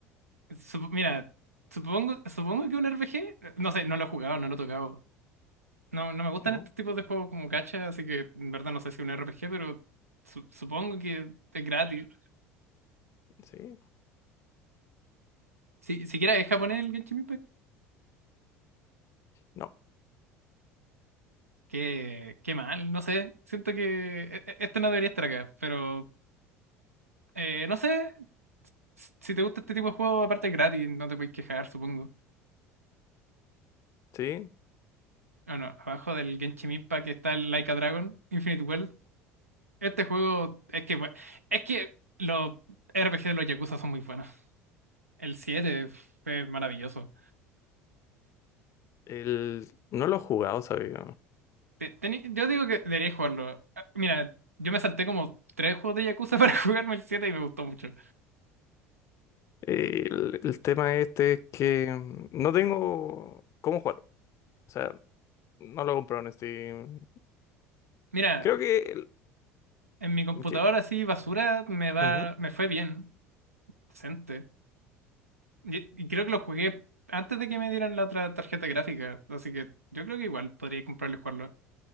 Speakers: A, on the right; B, on the left.
A: Sup- mira, supongo, supongo que un RPG, eh, no sé, no lo he jugado, no lo he tocado. No, no me gustan
B: ¿No?
A: estos tipos de juegos como gacha, así que en verdad no sé si un RPG, pero su- supongo que es gratis.
B: Sí,
A: Si, siquiera es japonés el Genshin Impact,
B: no,
A: qué, qué mal, no sé. Siento que e- e- este no debería estar acá, pero eh, no sé. s- Si te gusta este tipo de juego, aparte es gratis, no te puedes quejar, supongo.
B: sí.
A: Bueno, abajo del Genshin Impact está el Like a Dragon, Infinite World. Este juego es que bu- es que los RPG de los Yakuza son muy buenos. El 7 fue maravilloso.
B: El... No lo he jugado, ¿sabes?
A: Te- teni- Yo digo que debería jugarlo. Ah, Mira, yo me salté como tres juegos de Yakuza <laughs> para jugarme el 7 y me gustó mucho.
B: El, el tema este es que mm, no tengo cómo jugarlo. O sea, no lo he comprado en Steam.
A: Mira,
B: Creo que... el-
A: en mi computadora
B: que...
A: así basura me va,
B: ujú.
A: me fue bien, decente. Y, y creo que lo jugué antes de que me dieran la otra tarjeta gráfica, así que yo creo que igual podría comprarlo y jugarlo.